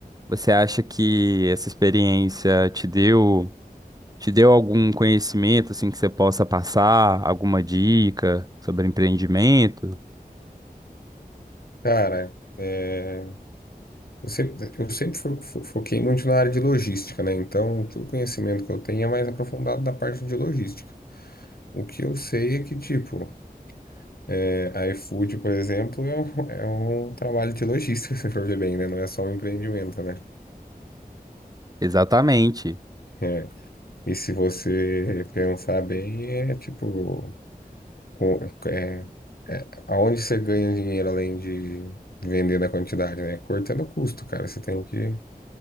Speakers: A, on the right (about 25°); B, on the left (about 70°).
A: você acha que essa experiência te deu te deu algum conhecimento assim que você possa passar, alguma dica sobre empreendimento?
B: Cara, é... Eu sempre, eu sempre fo- fo- foquei muito na área de logística, né? Então, todo conhecimento que eu tenho é mais aprofundado da parte de logística. O que eu sei é que, tipo, é, a iFood, por exemplo, é um, é um trabalho de logística, <laughs> se for ver bem, né? Não é só um empreendimento, né?
A: Exatamente.
B: É. E se você pensar bem, é tipo, com- é, aonde você ganha dinheiro além de vender na quantidade, né? Cortando o custo, cara. Você tem que